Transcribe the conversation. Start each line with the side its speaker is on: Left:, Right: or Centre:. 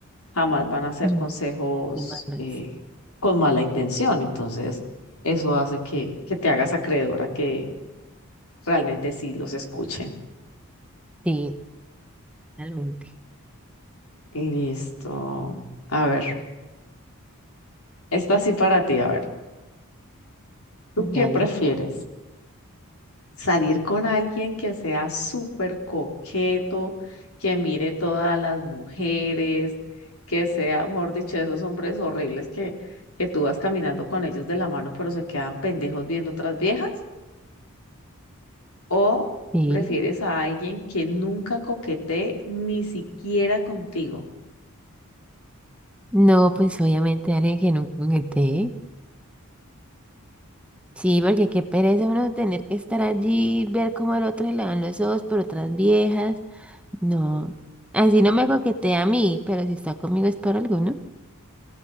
Left: jamás van a ser
Centre: mm,
Left: consejos
Centre: ya, son malos.
Left: eh, con mala intención. Entonces, eso hace que, que te hagas acreedora que realmente sí los escuchen.
Centre: Sí, realmente.
Left: Listo. A ver, esta sí para ti, a ver. ¿Tú qué
Centre: Dale.
Left: prefieres? salir con alguien que sea súper coqueto, que mire todas las mujeres, que sea, mejor dicho, esos hombres horribles que, que tú vas caminando con ellos de la mano, pero se quedan pendejos viendo otras viejas, o
Centre: sí
Left: prefieres a alguien que nunca coquetee ni siquiera contigo.
Centre: No, pues obviamente alguien que no conecté. Sí, porque qué pereza uno tener que estar allí, ver cómo al otro se le van los ojos por otras viejas. No, así no me coquetea a mí, pero si está conmigo es por alguno. O